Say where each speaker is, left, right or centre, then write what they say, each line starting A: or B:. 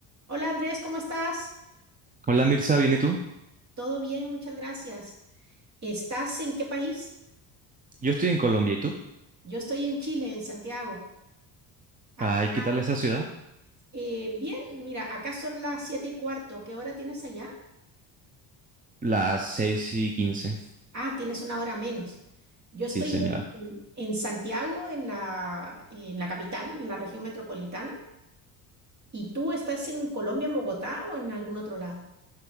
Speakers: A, on the right; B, on the right.
A: Hola Andrés, ¿cómo estás?
B: Hola Mirza, ¿bien y tú?
A: Todo bien, muchas gracias. ¿Estás en qué país?
B: Yo estoy en Colombia, ¿y tú?
A: Yo estoy en Chile, en Santiago. Acá,
B: Ay, ¿qué tal esa ciudad?
A: eh, bien, mira, acá son las siete y cuarto. ¿Qué hora tienes allá?
B: Las 6 y 15.
A: Ah, tienes una hora menos. Yo estoy
B: Sí, señor.
A: en, en Santiago, en la, en la capital, en la región metropolitana. ¿Y tú estás en Colombia, en Bogotá o en algún otro lado?